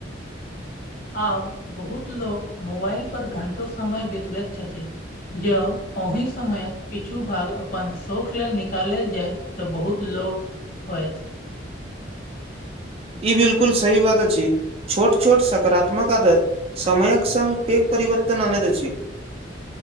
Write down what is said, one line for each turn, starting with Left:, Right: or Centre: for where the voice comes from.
Left: आब बहुत लोक मोबाइल पर घंटो समय बितबैत छथि जँ ओहि समयक किछु भाग अपन शौक लेल निकालल जाय तऽ बहुत लोक होइथ
Right: ई बिलकुल सही बात अछि छोट छोट सकारात्मक आदत समयक संग पेग परिवर्तन अनति अछि